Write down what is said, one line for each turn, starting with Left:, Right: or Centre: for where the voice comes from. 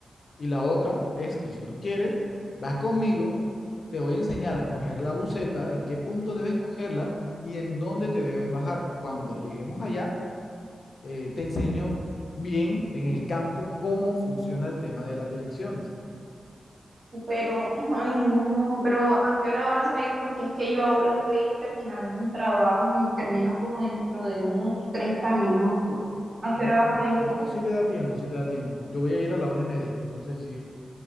Left: Y la otra es que si tú quieres, vas conmigo, te voy a enseñar a coger la buceta, en qué punto debes cogerla y en dónde te debes bajar. Cuando lleguemos allá, eh, te enseño bien en el campo cómo funciona el tema de las direcciones.
Right: Pero, ay, no, pero ¿a qué hora vas a ir? Porque es que yo ahora estoy terminando un trabajo y termino como dentro de unos 30 minutos. ¿A qué
Left: Mm,
Right: hora vas a ir?
Left: No, sí te da tiempo, sí te da tiempo. Yo voy a ir a la una y media, entonces sí,